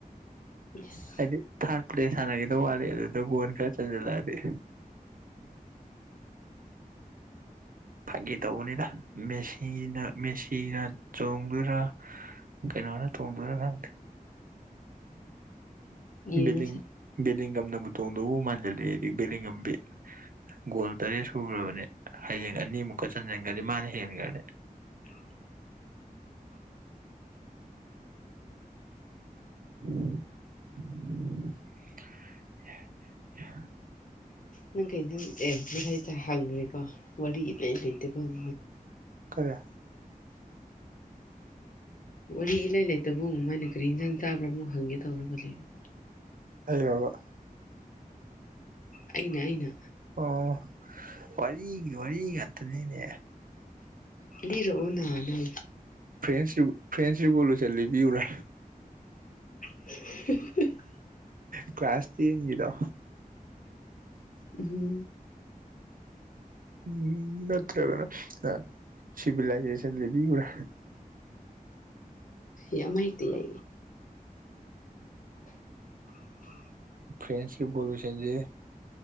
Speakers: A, on the left; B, on the right.
A: ꯏꯁ
B: ꯍꯥꯏꯗꯤ ꯊꯥꯔ ꯄ꯭ꯂꯦꯁ ꯁꯥꯟꯅꯒꯤꯗꯧ ꯋꯥꯠꯂꯤ ꯑꯗꯨꯗ ꯒꯣꯜ ꯈꯔ ꯆꯟꯖꯜꯂꯛꯑꯗꯤ ꯐꯥꯒꯤ ꯇꯧꯕꯅꯤꯗ ꯃꯦꯁꯤꯅ ꯃꯦꯁꯤꯅ ꯆꯣꯡꯗꯣꯏꯔꯥ ꯀꯩꯅꯣꯅ ꯇꯣꯡꯗꯣꯏꯔꯥ ꯈꯪꯗꯦ
A: ꯌꯦꯡꯉꯁꯦ
B: ꯕꯤꯂꯤꯡ ꯕꯤꯂꯤꯡꯒꯝꯅꯕꯨ ꯇꯣꯡꯗꯧꯕꯨ ꯃꯥꯟꯖꯜꯂꯛꯑꯦ ꯑꯩꯗꯤ ꯕꯤꯂꯤꯡꯉꯝꯕꯤ ꯒꯣꯜ ꯇꯔꯦꯠ ꯁꯨꯒ꯭ꯔꯕꯅꯦ ꯍꯌꯦꯡ ꯑꯅꯤꯃꯨꯛꯀ ꯆꯟꯖꯟꯒ꯭ꯔꯗꯤ ꯃꯥꯅ ꯍꯦꯟꯒ꯭ꯔꯅꯤ
A: <inaudible>
B: <unintelligible>
A: ꯅꯩ ꯀꯩ ꯏꯟꯖꯪ ꯑꯦ ꯉꯁꯥꯏ ꯆꯥ ꯍꯥꯒ꯭ꯔꯦꯀꯣ ꯋꯔꯤ ꯏꯂꯩ ꯂꯩꯇꯦꯀꯣ <unintelligible>
B: ꯀꯔꯤ
A: ꯋꯥꯔꯤ ꯏꯂꯩ ꯂꯩꯇꯕꯨꯃꯥꯏꯅ ꯀꯔꯤ ꯏꯟꯖꯥꯡ ꯆꯥꯕ꯭ꯔꯥ ꯃꯨꯛ ꯍꯪꯒꯦ ꯇꯧꯔꯒ ꯂꯩꯕ
B: <unintelligible>
A: ꯑꯩꯅ ꯑꯩꯅ
B: ꯑꯣ ꯋꯥꯔꯤꯒꯤ ꯋꯥꯔꯤ ꯉꯥꯛꯇꯅꯤꯅꯦ
A: ꯂꯤꯔꯛꯑꯣꯅ ꯅꯪ
B: ꯐ꯭ꯔꯦꯟꯁ ꯌꯨ ꯐ꯭ꯔꯦꯟꯁ ꯔꯤꯕꯣꯂꯨꯁꯟ ꯂꯤꯕꯤꯌꯨꯔꯥ
A: <unintelligible>
B: ꯀ꯭ꯂꯥꯁ ꯇꯦꯟꯒꯤꯗꯣ
A: ꯎꯍꯨꯝ
B: ꯎꯝ ꯅꯠꯇ꯭ꯔꯒꯅ ꯑꯥ ꯁꯤꯚꯤꯂꯥꯏꯖꯦꯁꯟ ꯂꯤꯕꯤꯌꯨꯔꯥ
A: ꯌꯥꯝ ꯍꯩꯇꯦꯌꯦ <unintelligible>
B: ꯐ꯭ꯔꯦꯟꯁ ꯔꯤꯕꯣꯂꯨꯁꯟꯖꯦ